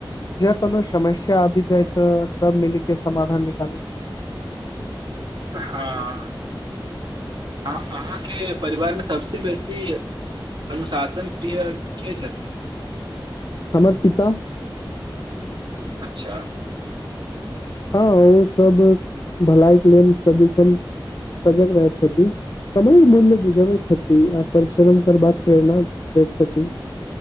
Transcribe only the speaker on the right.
हँ अहाँके परिवारमे सभसे बेसी अनुशासन प्रिय के छथिन
अच्छा